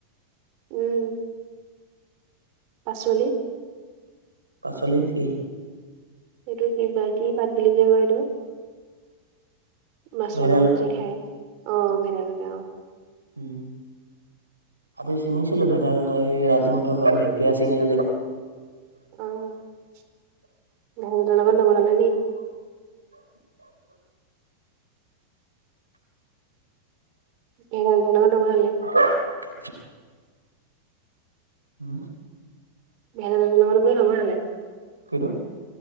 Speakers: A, on the right; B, on the right.
A: উম। পাচলি?
B: পাচলি কি?
A: এইটো কি বা কি পাত বুলি কয় এইটো- মাছৰ
B: ভেদাইলতা
A: লগত যে খাই অ ভেদাই লতা অ -
B: উম আজি ছিঙিছিলো ভেদাইলতই ৰাতি মতৰ ঘৰত ঢেকীয়া চিঙিলো যে-
A: অ', <unintelligible> নবনালে নি? <unintelligible>
B: <inaudible> হম।
A: <unintelligible>
B: কিতু?